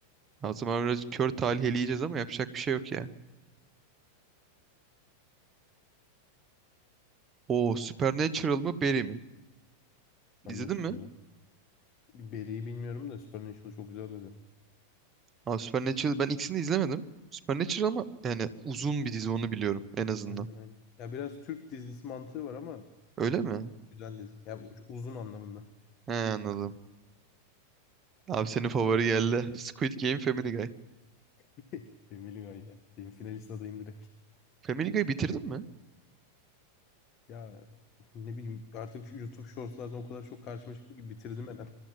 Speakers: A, on the right (about 25°); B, on the left (about 35°).
A: Azam zaman biraz kör talih eleyeceğiz ama yapacak bir şey yok ya. Oo Supernatural mı Barry mi?
B: Supernatural
A: İzledin mi?
B: ya. Barry'i bilmiyorum da Supernatural çok güzel dizi.
A: Aa, Supernatural ben ikisini de izlemedim. Supernatural ama yani uzun bir dizi onu biliyorum en azından.
B: Aynen aynen. Ya biraz Türk dizisi mantığı var ama
A: Öyle
B: yani
A: mi?
B: güzel dizi. Ya u- uzun anlamında.
A: He anladım. Abi senin favori geldi. <laughs> Squid Game Family Guy.
B: <laughs> Family Guy ya. Benim finalist adayım direkt.
A: Family Guy bitirdin mi? <laughs>
B: Ya ne bileyim artık şu YouTube Shorts'lardan o kadar çok karşıma çıktı ki bitirdim hemen.